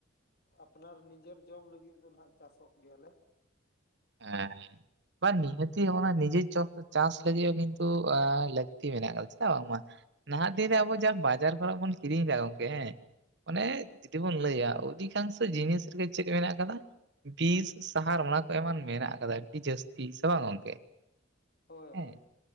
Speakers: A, on the left; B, on the right.
A: ᱟᱯᱱᱟᱨ ᱱᱤᱡᱮᱨ ᱡᱚᱢ ᱞᱟᱹᱜᱤᱫ ᱫᱚ ᱱᱟᱦᱜ ᱪᱟᱥᱚᱜ ᱜᱮᱭᱟ ᱞᱮ᱾
B: ᱦᱮᱸ, ᱦᱮᱸ, ᱵᱟᱝ ᱱᱤᱦᱟᱹᱛᱤ ᱦᱚᱸᱜᱼᱚᱭ ᱱᱤᱡᱮ ᱪᱟᱥ ᱞᱟᱹᱜᱤᱫ ᱦᱚᱸ ᱠᱤᱱᱛᱩ ᱮᱻ ᱞᱟᱹᱠᱛᱤ ᱢᱮᱱᱟᱜ ᱠᱟᱫᱟ ᱪᱮᱫᱟᱜ ᱵᱟᱝᱢᱟ ᱱᱟᱦᱟᱸᱜ ᱫᱤᱱ ᱨᱮ ᱟᱵᱚ ᱡᱟ ᱵᱟᱡᱟᱨ ᱠᱚᱨᱮᱜ ᱵᱚᱱ ᱠᱤᱨᱤᱧ ᱮᱫᱟ ᱜᱚᱝᱠᱮ ᱦᱮᱸ ᱚᱱᱮ ᱡᱩᱫᱤ ᱵᱚᱱ ᱞᱟᱹᱭᱟ ᱚᱫᱷᱤᱠᱟᱝᱥᱚ ᱡᱤᱱᱤᱥ ᱨᱮᱜᱮ ᱪᱮᱫ ᱢᱮᱱᱟᱜ ᱠᱟᱫᱟ ᱵᱤᱥ ᱥᱟᱦᱟᱨ ᱚᱱᱟ ᱠᱚ ᱮᱢᱟᱱ ᱢᱮᱱᱟᱜ ᱠᱟᱫᱟ ᱟᱹᱰᱤ ᱡᱟᱹᱥᱛᱤ ᱥᱮ ᱵᱟᱝ ᱜᱚᱝᱠᱮ
A: ᱦᱳᱭ
B: ᱦᱮᱸ,
A: ᱦᱳᱭ